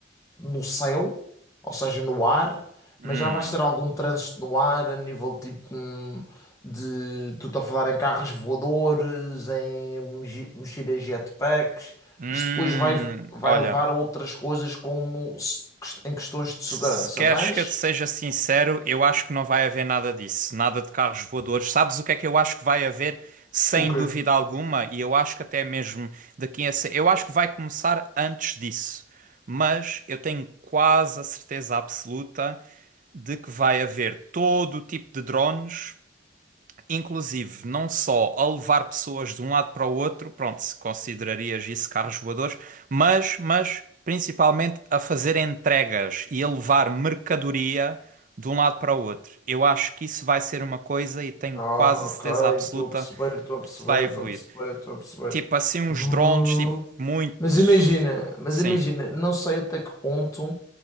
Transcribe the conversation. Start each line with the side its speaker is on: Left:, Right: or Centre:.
Left: no céu, ou seja, no ar,
Right: Hum,
Left: mas já vais ter algum trânsito no ar a nível tipo hum, de, tu estou a falar em carros voadores, em mochi- mochilas jetpacks,
Right: hum,
Left: isso depois vai, vai
Right: olha,
Left: levar a outras coisas como se- quest- em questões de
Right: Se
Left: segurança,
Right: queres
Left: mas
Right: que eu te seja sincero, eu acho que não vai haver nada disso, nada de carros voadores. Sabes o que é que eu acho que vai haver, sem
Left: Ok.
Right: dúvida alguma, e eu acho que até mesmo daqui a. se- Eu acho que vai começar antes disso, mas eu tenho quase a certeza absoluta de que vai haver todo o tipo de drones inclusive, não só a levar pessoas de um lado para o outro, pronto, se considerarias isso carros voadores, mas, mas principalmente a fazer entregas e a levar mercadoria de um lado para o outro. Eu acho que isso vai ser uma coisa e tenho
Left: Ah,
Right: quase a
Left: ok,
Right: certeza absoluta
Left: estou a perceber, estou a perceber,
Right: que isso vai evoluir.
Left: estou a perceber, estou a perceber.
Right: Tipo assim, uns
Left: Vu-
Right: drones, tipo, muito.
Left: Mas imagina, mas
Right: Sim.
Left: imagina, não sei até que ponto,